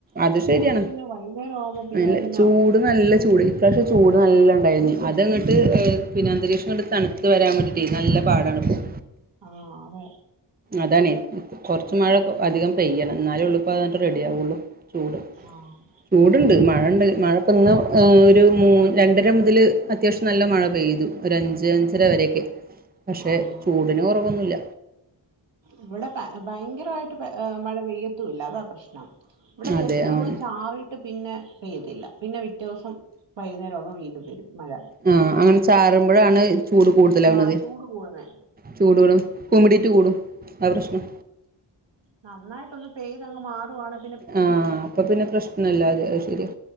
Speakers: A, on the right; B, on the right.
A: അത്
B: പക്ഷെ
A: ശരിയാണ്
B: കുറച്ച് കഴിഞ്ഞാ വൈകുന്നേരം ആവുമ്പോ പിന്നങ്ങ്
A: നല്ല ചൂട് നല്ല ചൂട് ഇപ്രാവശ്യം ചൂട് നല്ലണ്ടായിരുന്നെ അതങ്ങട്ട് പിന്നെ അന്തരീക്ഷം ഇങ്ങട്ട് തണുത്ത് വരാൻ വേണ്ടിട്ടെനല്ല പാടാണിപ്പം
B: ആ അതെ
A: അതാണ് കൊർച്ചു മഴഅധികം
B: ആഹ്
A: പെയ്യണം ന്നാലെഉള്ളു ഇപ്പതനെട്ട് റെഡി ആവുള്ളൂ ചൂട്
B: ആഹ്
A: ചൂടുണ്ട്, മഴണ്ട് മഴ ഇന്ന് ഒരു മൂ രണ്ടര മുതല് അത്യാവശ്യം നല്ല മഴ പെയ്തു ഒരു അഞ്ച് അഞ്ചര വരെക്കെ പക്ഷെ
B: ആഹ്
A: ചൂടിന് കൊറവൊന്നുല്ല.
B: ഇവിടെ ഭയ ഭയങ്കരായിട്ട് മഴ പെയ്യത്തും ഇല്ല അതാ പ്രശ്നം ഇവിടെ
A: അതെ
B: ജസ്റ്റ്
A: ആഹ്
B: ഒന്ന് ചാറിട്ട് പിന്നെ പെയ്തില്ല പിന്നെ പിറ്റേ ദിവസം വൈകുന്നേരമാകുമ്പം വീണ്ടും വരും മഴ
A: ആഹ് അങ്ങനെ ചാരുമ്പോഴാണ് ചൂട് കൂടുതലാവുന്നത്
B: ആഹ് ചൂട് കൂടുന്നേ
A: ചൂട് കൂടും കുമ്മിടീയിട്ട് കൂടും അതാ പ്രശ്നം
B: നന്നായിട്ട് ഒന്ന് പെയ്ത് അങ്ങ് മാറുവാണേ
A: ആ അപ്പൊപിന്നെ പ്രശ്നല്ലാതെ അതുശരിയാ